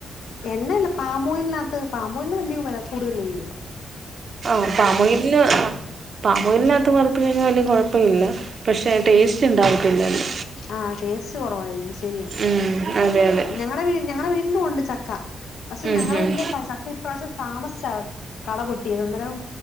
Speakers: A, on the left; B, on the right.
A: എണ്ണല്ല പാമൊയിലിനകത്ത് പാമൊയിലിന് വലിയ വില കൂടുതലില്ലലോ
B: ആഹ് പമൊയിലിന് ആ പാ ഓയിലിനകത്ത് വറുത്ത് കഴിഞ്ഞാൽ വലിയ കുഴപ്പമില്ല പക്ഷേ ടേസ്റ്റ് ഉണ്ടാകത്തില്ലല്ലോ
A: ആഹ് ടേസ്റ്റ് കുറവായിരിക്കും ശരിയാ
B: ഉം അതെ അതെ
A: ഞങ്ങടെ വീ ഞങ്ങടെ വീട്ടിലും ഉണ്ട് ചക്ക പക്ഷെ
B: ഉം
A: ഞങ്ങള
B: ഉം
A: വീട്ടില് ത ചക്ക ഇപ്രാവശ്യം താമസിച്ചാ കള പൊട്ടിയത് അന്നേരം